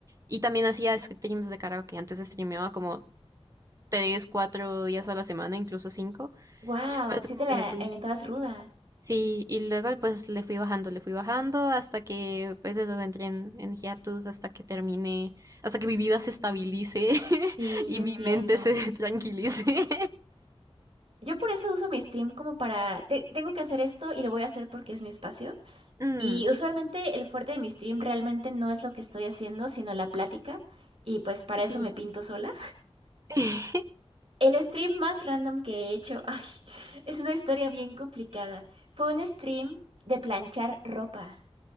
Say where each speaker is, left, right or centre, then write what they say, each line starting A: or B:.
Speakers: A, on the right; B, on the right.
A: Y también hacía streams de karaoke, antes streameaba como tres, cuatro días a la semana, incluso cinco,
B: ¡Wow!
A: y después
B: Sí
A: como
B: te la
A: que le fui
B: inventabas ruda.
A: Sí, y luego pues le fui bajando, le fui bajando hasta que pues eso entré en, en hiatus, hasta que termine, hasta que mi vida se estabilice <laughs>
B: Sí,
A: y
B: yo
A: mi
B: entiendo.
A: mente se <laughs> tranquilice.
B: Yo por eso uso mi stream como para... te- tengo que hacer esto y lo voy a hacer porque es mi espacio.
A: Mm,
B: Y usualmente el fuerte de mi stream realmente no es lo que estoy haciendo, sino la plática. Y pues para
A: sí.
B: eso me pinto sola.
A: <laughs>
B: El stream más random que he hecho, <laughs> ay, es una historia bien complicada. Fue un stream de planchar ropa.